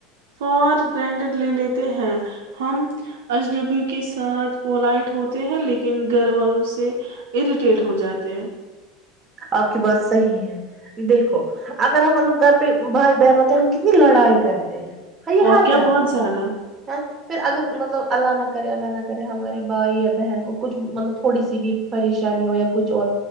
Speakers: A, on the right (about 65°); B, on the right (about 25°).
A: فار گنٹڈ لے لیتے ہیں ہم اجنبی کے ساتھ پلائٹ ہوتے ہیں لیکن گھر والوں سے اریٹیٹ ہو جاتے ہیں
B: آپ کی بات صحیح ہے دیکھو اگر ہم مطلب گھر پہ بھائی بہن ہوتے ہیں ہم کتنی لڑائی کرتے ہیں ہر
A: اور کیا
B: گھر
A: بہت
B: میں
A: زیادہ
B: ہے پھر اگر مطلب اللہ نہ کرے اللہ نہ کرے ہمارے بھائی یا بہن کو کچھ مطلب تھوڑی سی بھی پریشانی ہو یا کچھ اور